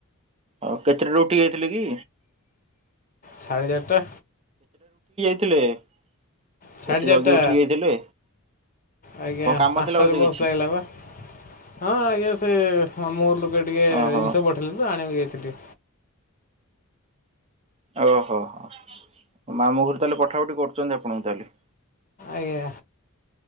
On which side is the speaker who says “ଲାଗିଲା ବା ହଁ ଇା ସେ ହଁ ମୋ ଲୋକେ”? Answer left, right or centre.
Left